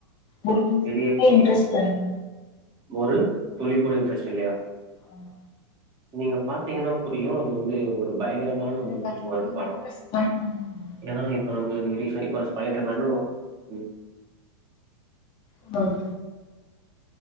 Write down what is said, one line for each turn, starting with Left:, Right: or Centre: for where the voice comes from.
Left: ஒரு பெசர்ன்டு
Right: பெரிய
Left: இன்ட்ரெஸ்ட் <inaudible>
Right: ஒரு துளி கூட இன்ட்ரெஸ்ட் இல்லயா
Left: ஆமா
Right: நீங்க பாத்தீங்கன்னா புரியும் அது வந்து ஒரு பயங்கர மான
Left: எனக்கு அது வந்து
Right: ஒரு படோம்
Left: இன்ட்ரெஸ்ட்லா கெடையாது
Right: ஏன்னா இப்ப நம்மல இப்டி சொல்லிட்டா ஸ்பைடர்மேனு உம்
Left: உம்